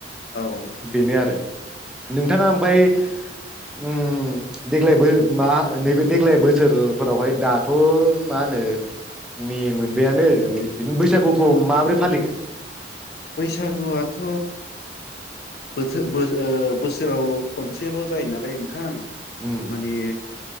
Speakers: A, on the left; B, in the centre.
A: औ औ
B: बेनो आरो नों नोंथाङा ओमफफ्राय ओम देग्लाय मा नैबे देग्लाय बोसोरफोरावहाय दाथ' मा होनो मे मोनबायानो बिदिनो बैसागुखौ माबोरै फालिखो
A: बैसागुआथ' बोथो बो ओ बोसोराव खनसेल' जायो नालाय नोंथां
B: उम
A: माने